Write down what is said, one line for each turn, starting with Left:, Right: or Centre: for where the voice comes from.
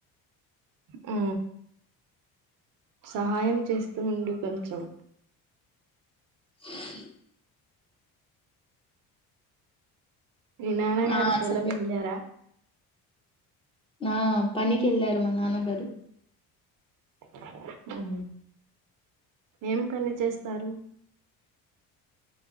Right: ఆ సహాయం చేస్తూ ఉండు కొంచెం
Left: <inaudible>
Right: మీ నాన్నగారు
Left: ఆ
Right: పొలం
Left: సరే
Right: వెళ్లారా
Left: నా పనికి వెళ్ళారు మా నాన్నగారు
Right: ఓహో ఏం పని చేస్తారు